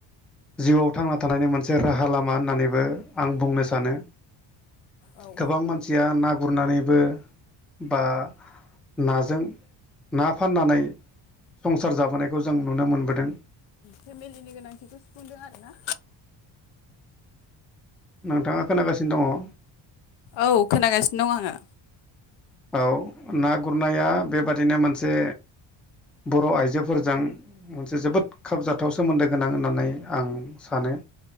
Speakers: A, in the centre; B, on the left.
A: जिउआव थांना थानायनि मोनसे राहा लामा होननानैबो आं बुंनो सानो
B: औ
A: गोबां मान सिया ना गुरनानैबो बा नाजों ना फाननानै संसार जाबोनायखौ जों नुनो मोनबोदों
B: फेमिलिनि गोनांथिखौ सुफुंदों आरोना
A: नोंथाङा खोनागासिनो दङ
B: औ खोनागासिनो दं आङो
A: औ ना गुरनाया बेबादिनो मोनसे बर' आइजोफोरजों मोनसे जोबोद खाबजाथाव सोमोन्दो गोनां होननानै आं सानो